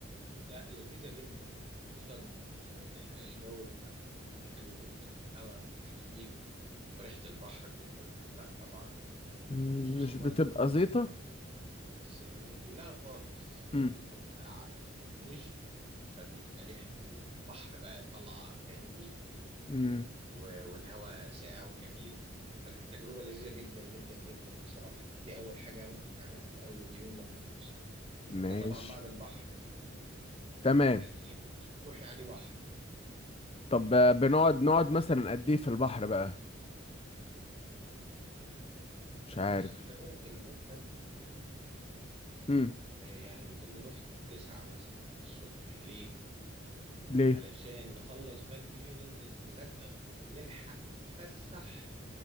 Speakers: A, on the right; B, on the left.
A: لا لذيذة جدا خصوصا هناك ال- الجو بيبقى في الفترة دي حلو جدا والهواء بيبقى جميل وريحة البحر اللي انت بتحبها طبعا
B: مم،
A: وخصوصا
B: مش
A: برضو
B: بتبقى
A: ان الس-
B: زيطة
A: السينمات دي لا خالص السينمات
B: امم
A: دي بتبقى على الكورنيش فبيبقى ريحة البحر بقى طالعة فاهمني
B: امم
A: و- والهواء ساقع وجميل فكانت تجربة لذيذة جدا جدا جدا بصراحة فدي أول حاجة ممكن نعملها في أول يوم لما نوصل
B: ماشي
A: ده طبعا بعد البحر
B: تمام
A: يعني مطروح يعني بحر
B: طب آه، بنقعد نقعد مثلا قد ايه في البحر بقى مش عارف
A: بص احنا ممكن نروح بدري
B: امم
A: آه، يعني ممكن نروح تسعة مثلا الصبح ليه؟
B: ليه
A: علشان نخلص بدري وننزل نتغدى ونلحق نتفسح